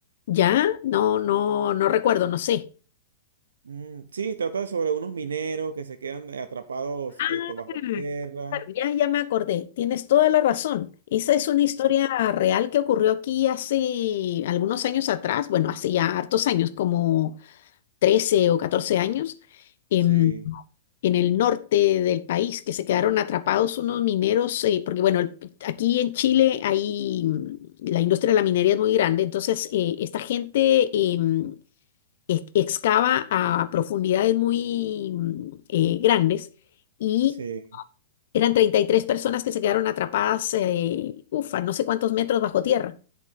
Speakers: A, on the left; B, on the right.
A: ya, no, no, no recuerdo, no sé.
B: Mm, sí, trata sobre unos mineros que se quedan eh, atrapados este,
A: Ah,
B: bajo tierra.
A: claro, Ya, ya me acordé, tienes toda la razón. Esa es una
B: Sí,
A: historia real que ocurrió aquí hace algunos años atrás, bueno, hace ya hartos años, como 13 o 14 años, em,
B: sí,
A: en el norte del país, que se quedaron atrapados unos mineros, eh, porque bueno, el- aquí en Chile hay, mm, la industria de la minería es muy grande, entonces eh, esta gente em, ex- excava a profundidades muy mm, eh, grandes y
B: sí.
A: eran 33 personas que se quedaron atrapadas, eh, ufa, no sé cuántos metros bajo tierra.